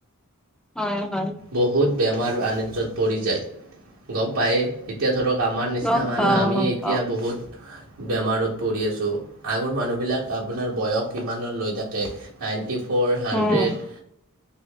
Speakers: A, in the centre; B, on the right.
A: হয় হয়
B: বহুত বেমাৰ আনিজ্যত পৰি যায়, গম পায় এতিয়া ধৰক আমাৰ নিচিনা
A: গম
B: মানুহে
A: পাও
B: আমিয়ে
A: গম
B: এতিয়া
A: পাও
B: বহুত বেমাৰত পৰি আছোঁ, আগৰ মানুহবিলাক আপোনাৰ বয়স কিমান লৈ থাকে nine forty four hundred,
A: um